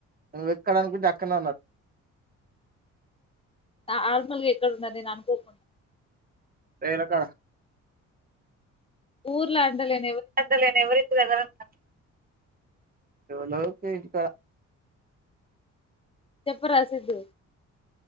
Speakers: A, on the right (about 30°); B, on the left (about 20°).
A: ఎక్కడ అనుకుంటే అక్కడనే ఉన్నారు
B: నార్మల్ గ ఎక్కడ ఉన్నారు నేన్ అనుకోకుండ
A: లేనక్క
B: ఊర్లో అండలేమ్
A: అసలు నేను ఎవరి ఇంటి దగ్గర ఉండను ఎవర్నో పీకుతా
B: చెప్పరా సిద్ధు